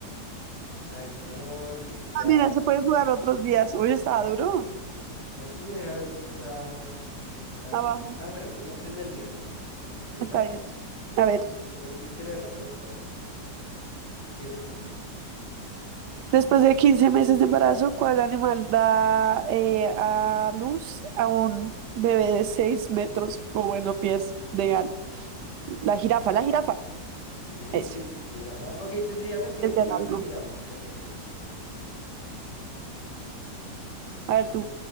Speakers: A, on the left; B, on the right.
A: Ay, no, qué quizá.
B: Ah, mira, se pueden jugar otros días. Hoy estaba duro.
A: Ay, sí, deja ver dónde está. Es que no me sale.
B: Abajo.
A: Ah, bueno, juguemos el del miércoles. ¿Lista?
B: Está bien. A ver.
A: Pero tienes que leer la pregunta bien. Empieza tú.
B: Después de 15 meses de embarazo, ¿cuál animal da eh, a luz a un bebé de 6 metros o bueno, pies de al? La jirafa, la jirafa.
A: Sí,
B: Eso.
A: sí, sí, jirafa. Ok, tendría sentido
B: Es
A: que
B: de
A: fuera
B: largo.
A: una jirafa. Excelente.
B: A ver tú.